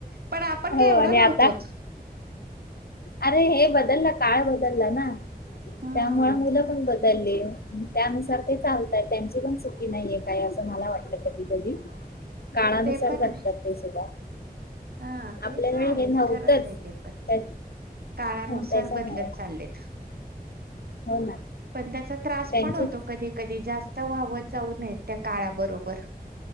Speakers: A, on the right; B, on the left.
A: पण आपण
B: हो
A: काय एवढं
B: आणि
A: नव्हतोच.
B: आता अरे हे बदललं काळ बदलला ना
A: हा
B: त्यामुळे मुलं पण बद चालले त्यानुसार ते चालतय त्यांची पण चुकी नाहीये काय असं मला वाटलं कधी कधी. काळानुसार
A: ते पण
B: करतात
A: आहे
B: ते सुद्धा.
A: हा तेच
B: आपल्या
A: आहेच
B: वेळी हे नव्हतंच
A: खरंच आहे ते पण.
B: त्या
A: काळानुसार
B: त्याच्यामुळे
A: बदलत चाललेत‌.
B: हो ना
A: पण त्याचा त्रास
B: त्यांची
A: पण होतो कधी कधी. जास्त वाहवत जाऊ नयेत त्या काळाबरोबर.